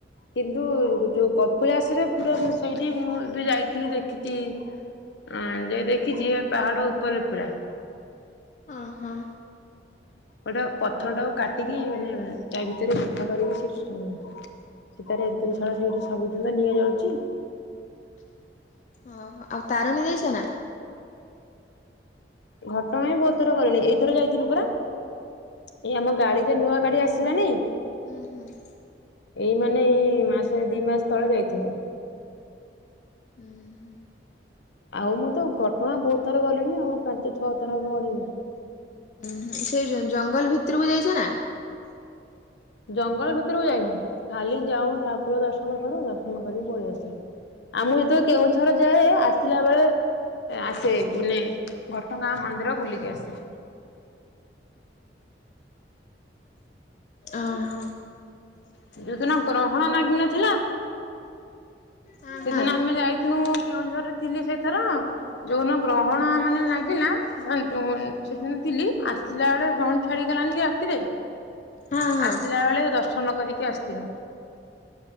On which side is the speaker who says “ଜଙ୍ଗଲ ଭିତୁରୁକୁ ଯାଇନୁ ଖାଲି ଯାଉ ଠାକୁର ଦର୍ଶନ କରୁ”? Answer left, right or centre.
Left